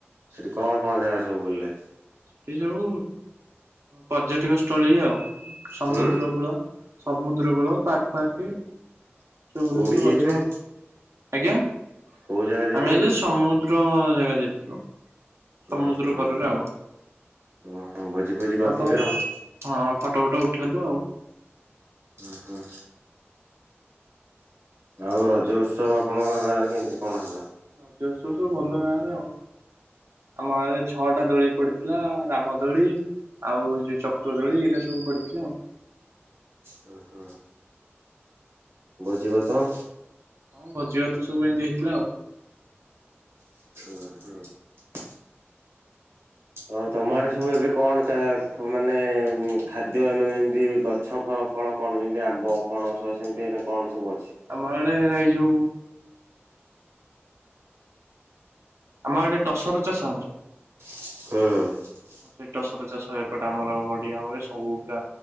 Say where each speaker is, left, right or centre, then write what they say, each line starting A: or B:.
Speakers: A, on the right (about 70°); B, on the right (about 85°).
A: ସେଠି କଣ କଣ ଜାଗା ସବୁ ବୁଲିଲେ?
B: ସେଠି ସବୁ ପର୍ଯ୍ୟଟକ ସ୍ଥଳୀ ଆଉ ସମୁଦ୍ର
A: ହୁଁ
B: କୂଳ ସମୁଦ୍ର କୂଳ ପାର୍କ ଫାର୍କ ସେ ସବୁ ବୁଲିଲୁ
A: କୋଉଠିକି ଯାଇଥିଲେ
B: ଗଛ
A: କି?
B: ଆଜ୍ଞା
A: କୋଉ ଜାଗା ଯାଇଥିଲେ
B: ଆମେ ଜାଇଥିଲୁ
A: କି
B: ସମୁଦ୍ର ଜାଗା ଜାଇଥିଲୁ ସମୁଦ୍ରକରରେ
A: ଉଁ ହୁଁ
B: ଆଉ।
A: ଓହୋ ଭୋଜି ଫୋଜି କରିଥିବେ
B: ଫଟୋ
A: ଆଉ?
B: ହଁ ଫଟୋ ଫଟୋ ଉଠେଇଲୁ ଆଉ।
A: ହଁ ହଁ। ଆଉ ରଜ ଉତ୍ସବ ଆପଣଙ୍କର ଗାଁ ରେ କେମିତି କଣ ହେଲା?
B: ରଜସ ସବୁ ଭଲ ଗାଁରେ ଆଉ ଆମ ଗାଁରେ ଛଅଟା ଦୋଳି ପଡିଥିଲା, ରାମ ଦୋଳି ଆଉ ଯୋଉ ଚକ୍ର ଦୋଳି, ଏଇଟା ସବୁ ପଡିଥିଲା ଆଉ।
A: ହଁ ହଁ। ଭୋଜିଭାତ
B: ହଁ ଭୋଜି ଭାତ ସବୁ ଏମିତି ହେଇଥିଲା ଆଉ।
A: ହ ହଁ। ହଉ ତମଟ ସବୁ ଏବେ କଣ ମାନେ ଖାଦ୍ୟ ଯେମତି ଗଛ ଫଳ କଣ ଯେମିତି ଆମ୍ବ ପଣସ ସେମିତି କଣ ସବୁ ଅଛି?
B: ଆମଡ଼େ ଏଇ ଯୁ ଆମ ଏଡେ ଟସର ଚାଷ ଜାଣିଛ?
A: ହଁ।
B: ସେ ଟସର ଚାଷ ଏପଟେ ଆମର ବଢିଆ ହୁଏ, ସବୁ ପା